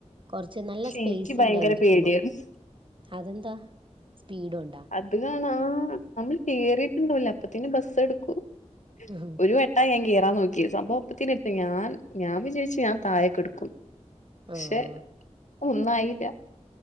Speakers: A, on the right; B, on the left.
A: കൊറച്ച് നല്ല
B: പക്ഷെ
A: സ്പേയിസ്
B: എനിക്ക് ഭയങ്കര
A: ഇണ്ടാവും ഇരിക്കുമ്പോ
B: പേടിയായിരുന്നു
A: അതെന്താ സ്പീഡ് ഒണ്ടാ
B: അത് കാണാ ആ നമ്മള് കേയറിയിട്ടുണ്ടാവൂല അപ്പത്തിന്നെ ബസ്സ് എടുക്കും
A: ഉ ഹ
B: ഒരു വെട്ടാ ഞാൻ കേറാ നോക്കിയെ സംമ്പോം ഒപ്പത്തിന്നു എടുത്ത് ഞാൻ ഞാൻ വിചായിച്ചു ഞാൻ തായെകെടുക്കും പക്ഷെ
A: ആഹ്
B: ഒന്നായില്ല